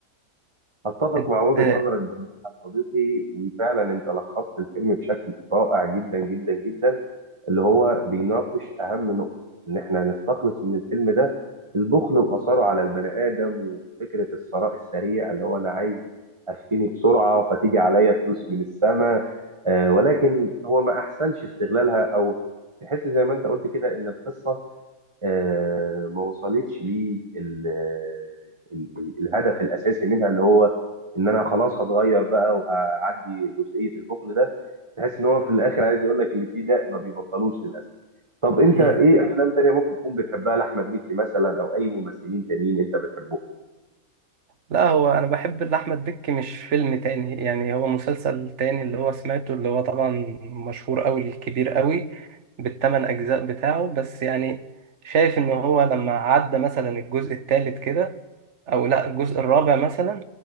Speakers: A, on the right; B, on the right.
A: اتفق
B: حلو
A: مع وجهة نظرك بصراحة يا صديقي وفعلا انت لخصت الفيلم بشكل رائع جدا جدا جدا اللي هو بيناقش اهم نقطة ان احنا نستخلص من الفيلم ده البخل واثره على البني ادم وفكرة الثراء السريع اللي هو انا عايز افتني بسرعة فتيجي عليا فلوس من السماء آه، ولكن هو ما احسنش استغلالها او تحس زي ما انت قلت كده ان القصة آه، ما وصلتش لي ال- ال- ال- الهدف الاساسي منها اللي هو ان انا خلاص هتغير بقى وهعدي جزئيه البخل ده تحس ان هو في الاخر عايز يقول لك اللي فيه ده ما بيبطلوش للاسف طب انت
B: مم.
A: ايه افلام تانية ممكن تكون بتحبها لاحمد مكي مثلا او اي ممثلين تانيين انت بتحبهم
B: لا هو انا بحب لاحمد بكي مش فيلم تاني يعني هو مسلسل تاني اللي هو سمعته اللي هو طبعا مشهور قوي الكبير قوي بالثمان اجزاء بتاعه بس يعني شايف ان هو لما عدى مثلا الجزء الثالث كده او لا الجزء الرابع مثلا